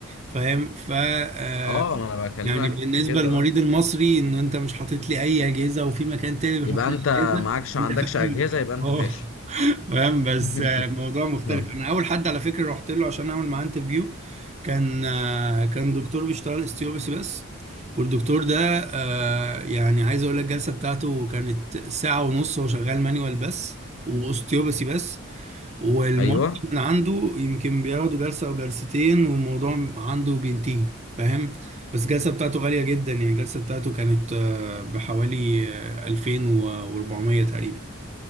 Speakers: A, on the right; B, on the left.
A: فاهم ف آه،
B: اه ما انا بكلمك
A: يعني بالنسبه
B: في كده
A: للمريض
B: آه.
A: المصري ان انت مش حاطط لي اي اجهزه وفي مكان تاني بيحط
B: يبقى
A: لي
B: انت
A: اجهزه
B: معكش عندكش
A: انت فقير
B: اجهزه يبقى انت
A: اه
B: فاشل
A: <laughs> فاهم بس
B: <laughs>
A: آه، الموضوع مختلف
B: آه.
A: انا اول حد على فكره رحت له عشان اعمل معاه انترفيو كان آه، كان دكتور بيشتغل استيوبس بس والدكتور ده آه، يعني عايز اقول لك الجلسه بتاعته كانت ساعه ونص هو شغال مانيوال بس واستيوبسي بس والمرضي
B: ايوه
A: من عنده يمكن بياخده جلسة أو جلستين والموضوع عنده بينتهي فاهم بس الجلسة بتاعته غالية جدا يعني الجلسة بتاعته كانت آه، بحوالي آه، ألفين وأربعمية تقريبا